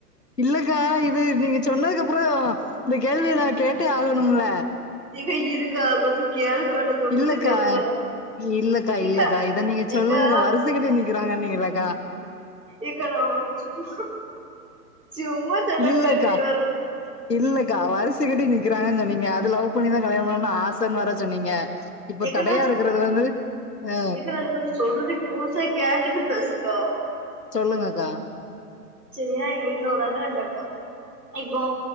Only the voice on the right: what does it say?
எங்க இருக்கா கொஞ்சோ கேளுக்க நா சொல்றது
கேளுக்கா
ஏக்கா
ஏக்கா
எக்கா நா ஒன்னு சும்மா சும்மா சொன்னங்கா
நீ வேற
ஏக்கா
ஏக்கா நான் கொஞ்சோ சொல்றது முழுசா கேட்டுட்டு பேசுக்கா
செரியா எங்க வீட்ல ஒரு அண்ண ரெண்டு அக்கா இப்போ